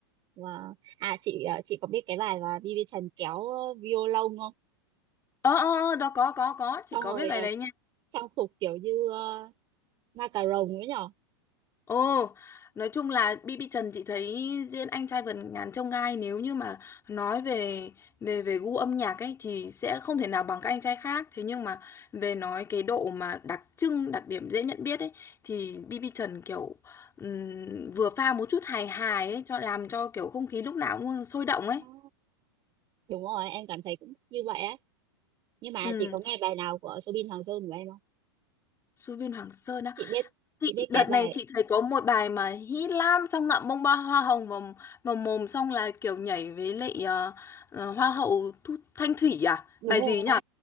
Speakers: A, on the right (about 35°); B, on the left (about 20°).
A: Và à chị ờ, chị có biết cái bài mà Vivi Trần kéo ờ, violon không
B: Ờ ờ ờ, đó có có có, chị
A: xong
B: có
A: rồi
B: biết bài
A: ờ,
B: đấy nha.
A: trang phục kiểu như ờ, ma cà rồng ấy nhở
B: Ồ, nói chung là BB Trần chị thấy diễn anh trai vượt ngàn chông gai nếu như mà nói về về về gu âm nhạc ấy thì sẽ không thể nào bằng các anh trai khác. Thế nhưng mà về nói cái độ mà đặc trưng, đặc điểm dễ nhận biết ấy thì BB Trần kiểu ừm, vừa pha một chút hài hài ấy cho làm cho kiểu không khí lúc nào cũng sôi động
A: Ồ,
B: ấy.
A: đúng rồi em cảm thấy cũng như vậy á nhưng mà
B: Ừ,
A: chị có nghe bài nào của Soobin Hoàng Sơn của em không
B: Xuân Viên Hoàng Sơn á.
A: chị biết chị
B: Chị,
A: biết
B: đợt
A: cái bài
B: này chị thấy có một bài mà hit lắm xong ngậm bông ba hoa hồng vào, vào mồm xong là kiểu nhảy với lại ờ, ờ, hoa hậu Thu, Thanh Thủy à
A: đúng
B: bài
A: rồi
B: gì nhỉ